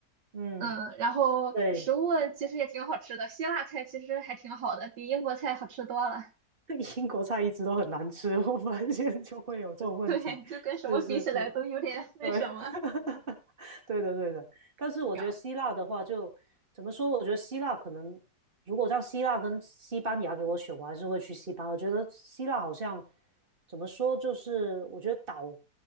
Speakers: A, on the right; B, on the right.
A: 嗯，
B: 嗯，然后食物其实也挺好吃的，
A: 对，
B: 希腊菜其实还挺好的，比英国菜好吃多了。
A: <laughs> 英国菜一直都很难吃，我发现就会有这种问题。
B: <laughs> 对，就跟什么比起来都有点那什么。
A: 是是是，对，<laughs> 对的，对的。但是我觉得希腊的话就，
B: <laughs> 然后
A: 怎么说？我觉得希腊可能，如果让希腊跟西班牙给我选，我还是会去西班牙。我觉得希腊好像怎么说，就是我觉得岛